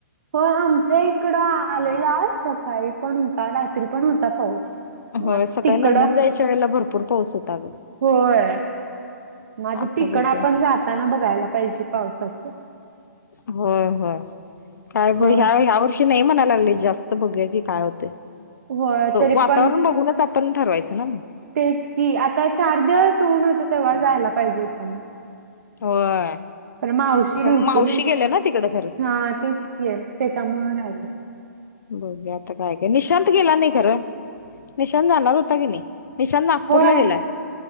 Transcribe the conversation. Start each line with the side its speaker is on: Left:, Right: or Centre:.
Right: हो आमच्या इकडं आलेला सकाळी पण होता रात्री पण होता पाऊस. मग
Left: हो सकाळी
Right: तिकडं
Left: नंदन जायच्या वेळेला भरपूर पाऊस होता अगं.
Right: होय म
Left: आता
Right: तिकडं
Left: बघूया
Right: आपण जाताना बघायला पाहिजे पावसाच.
Left: होय होय काय
Right: होय
Left: ब ह्या हव नाही म्हणाय जास्त बघूया काय होतय
Right: होय तरी
Left: वातावरण
Right: पण
Left: बघूनच आप पण ठरवायचं ना मग?
Right: तेच कि आता चार दिवस होऊन होतं तेव्हा जायला पाहिजे होतं मग.
Left: होय
Right: पण मावशी नव्हती
Left: मावशी
Right: ना
Left: गेल्या तिकडे खरं
Right: हा तेच ये त्याच्यामुळ राहील.
Left: बघूया आता काय का निशांत गेला नाही खरं निशांत जाणार होता की नाही. निशांत नागपूर
Right: होय
Left: ला गेलाय.